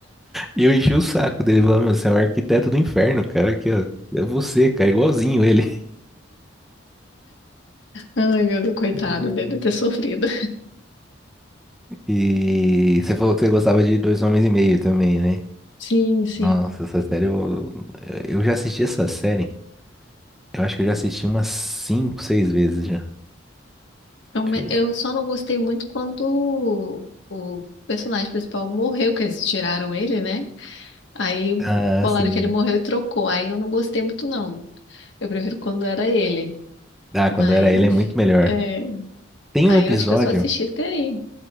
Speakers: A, in the centre; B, on the left (about 65°).
A: E eu enchi o saco dele, falando, meu, você é o arquiteto do inferno, cara, que ó, é você, cara, igualzinho ele.
B: Ai, meu Deus, coitado,
A: Hum.
B: deve ter sofrido.
A: <laughs> E você falou que você gostava de Dois Homens e Meio também, né?
B: Sim, sim.
A: Nossa, essa série eu, eu já assisti essa série. Eu acho que eu já assisti umas cinco, seis vezes já.
B: Eu me-
A: Tipo,
B: eu só não gostei muito quando o personagem principal morreu, que eles tiraram ele, né? Aí
A: Ah,
B: falaram
A: sim.
B: que ele morreu e trocou. Aí eu não gostei muito, não. Eu prefiro quando era ele,
A: Ah,
B: mas
A: quando era ele é muito melhor.
B: é,
A: Tem
B: aí
A: um episódio,
B: eu acho que eu só assisti até aí.